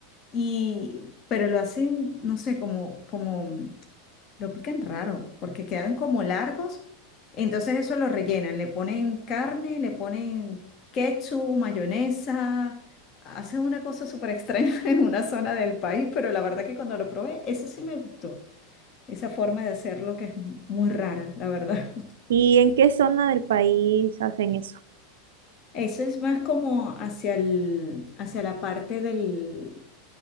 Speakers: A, on the left; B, on the right.
A: y, pero lo hacen, no sé, como, como lo pican raro, porque quedan como largos. Entonces eso lo rellenan, le ponen carne, le ponen ketchup, mayonesa, hacen una cosa súper extraña <laughs> en una zona del país, pero la verdad que cuando lo probé, eso sí me gustó, esa forma de hacerlo que es muy rara, la verdad. <laughs>
B: ¿Y en qué zona del país hacen eso?
A: Eso es más como hacia el, hacia la parte del